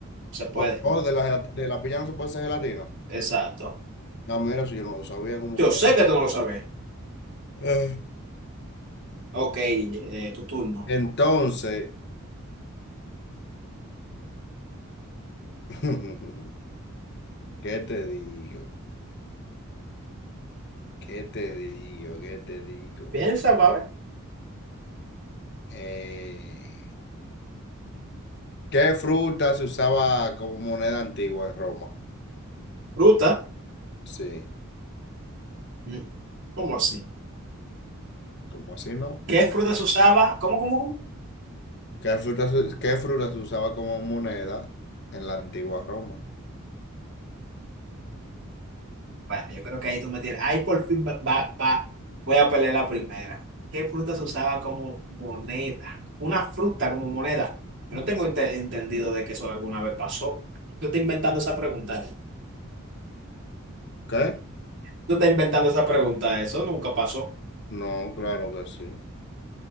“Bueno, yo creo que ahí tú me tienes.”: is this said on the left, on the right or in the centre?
Right